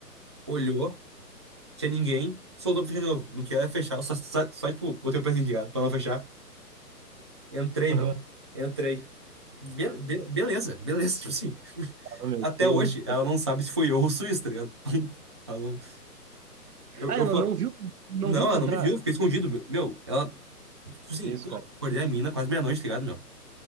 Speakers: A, on the right; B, on the right.
A: olhou, tinha ninguém, soltou pra fechar de novo. No que ela ia fechar, eu só, só, só, tipo, botei o pezinho de gato pra não fechar. Entrei,
B: Aham.
A: meu, entrei. Be- be- beleza, beleza, <laughs> tipo assim.
B: Ah, ô, meu,
A: Até
B: que
A: hoje,
B: isso,
A: ela
B: cara.
A: não sabe se foi eu ou o Suíço, tá ligado? <laughs> Ela não- Eu,
B: Ah,
A: eu
B: ela
A: falo.
B: não viu, não
A: Não,
B: viu
A: ela
B: tu entrar.
A: não me viu, eu fiquei escondido. Meu, Meu, ela. Tipo assim,
B: Que isso,
A: pô,
B: cara.
A: acordei a mina quase meia-noite, tá ligado, meu?